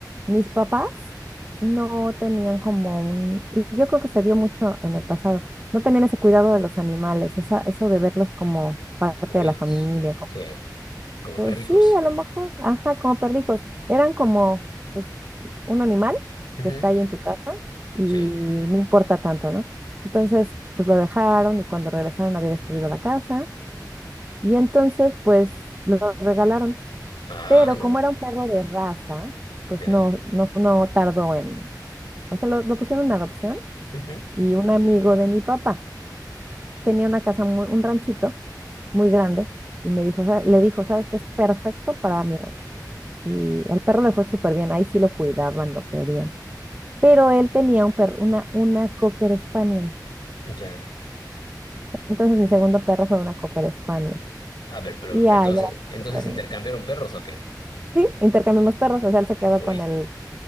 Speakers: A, on the right; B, on the left.
A: mis papás no tenían como un, y yo creo que se dio mucho en el pasado, no tenían ese cuidado de los animales, esa, eso de verlos como parte
B: como
A: de
B: hijos.
A: la familia,
B: Sí, como
A: Pues
B: perrijos.
A: sí, a lo mejor. Ajá, como perrijos. Eran como pues, un animal
B: Ujú,
A: que está ahí en tu casa y
B: Sí.
A: no importa tanto, ¿no? Entonces, pues lo dejaron y cuando regresaron había destruido la casa y entonces, pues lo regalaron.
B: Ah,
A: Pero
B: no,
A: como era un perro de raza, pues
B: ya.
A: no, no, no tardó en, o sea, lo, lo pusieron en adopción
B: Ujú,
A: y un amigo de mi papá tenía una casa, muy, un ranchito muy grande y me dijo, "Sa- le dijo, ¿sabes qué es perfecto para mi rancho? Y al perro le fue súper bien, ahí sí lo cuidaban, lo querían. Pero él tenía un perro, una, una Cocker Spaniel.
B: Ya.
A: Entonces mi segundo perro fue una Cocker Spaniel.
B: A ver, pero
A: Y ya,
B: entonces,
A: ya las
B: entonces
A: Cocker-
B: intercambiaron perros o qué?
A: Sí, intercambiamos perros, o sea, él se quedó
B: Uy,
A: con el,